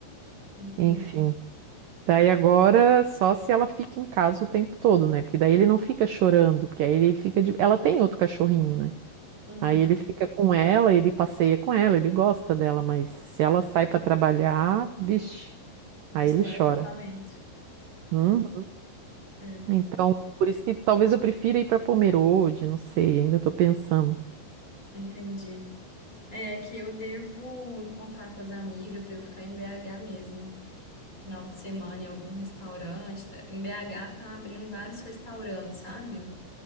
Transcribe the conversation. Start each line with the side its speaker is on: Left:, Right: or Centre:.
Left: Entendi.
Right: Enfim. Daí agora, só se ela fica em casa o tempo todo, né? Porque daí ele não fica chorando, porque aí ele fica de... Ela tem outro cachorrinho, né?
Left: Uhum.
Right: Aí ele fica com ela, ele passeia com ela, ele gosta dela, mas se ela sai pra trabalhar, vixe, aí
Left: Destrói
Right: ele chora.
Left: o apartamento.
Right: Hum?
Left: É,
Right: Então, por isso que talvez eu prefira ir pra Pomerode, não sei, ainda tô pensando.
Left: entendi. É, é que eu devo encontrar com as amigas, devo ficar em BH mesmo. final de semana em algum restaurante. tá? Em BH tá abrindo vários restaurantes, sabe?